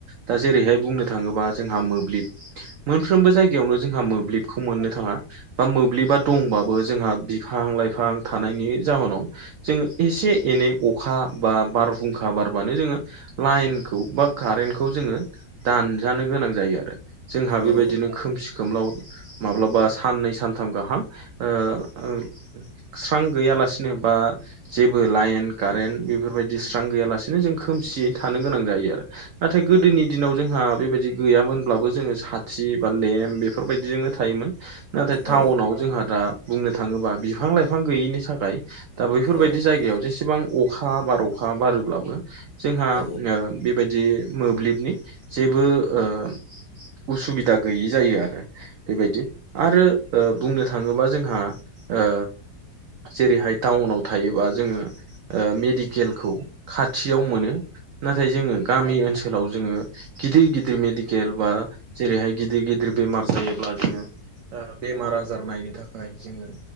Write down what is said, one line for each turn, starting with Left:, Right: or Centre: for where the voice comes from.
Right: दा जेरैहाय बुंनो थाङोबा जोंहा मोब्लिब। मोनफ्रोमबो जायगायावनो जोंहा मोब्लिबखौ मोननो थाङा बा मोब्लिबा दंबाबो जोंहा बिफां लाइफां थानायनि जाउनाव जोङो एसे एनै अखा बा बारहुंखा बारबानो जोङो लाइनखौ बा कारेन्टखौ जोङो दानजानो गोनां जायो आरो। जोंहा बेबायदिनो
Left: औ
Right: खोमसि खोमलाव माब्लाबा साननै सानथाम गाहाम ओ ओ स्रां गैयालासिनो बा जेबो लाइन कारेन्ट बेफोरबायदि स्रां गैयालासिनो जों खोमसियै थानो गोनां जायो आरो। नाथाय गोदोनि दिनाव जोंहा बेबायदि गैयामोनब्लाबो जोङो साथि बा लेम्प बेफोरबायदिजोंनो थायोमोन। नाथाय टाउनाव
Left: औ
Right: जोंहा दा बुंनो थाङोबा बिफां लाइफां गैयैनि थाखाय दा बैफोरबायदि
Left: औ
Right: जायगायाव जेसेबां अखा बार अखा बारोब्लाबो जोंहा
Left: औ
Right: ओ बेबायदि मोब्लिबनि जेबो ओ उसुबिदा गैयि जायो आरो। बेबायदि आरो ओ बुंनो थाङोबा जोंहा ओ जेरैहाय टाउनाव थायोबा जोङो ओ मेडिकेलखौ खाथियाव मोनो। नाथाय जोङो गामि ओनसोलाव जोङो गिदिर गिदिर मेडिकेल बा जेरैहाय गिदिर गिदिर बेमार जायोब्ला जोङो ओ बेमार आजार नायनो थाखाय जोङो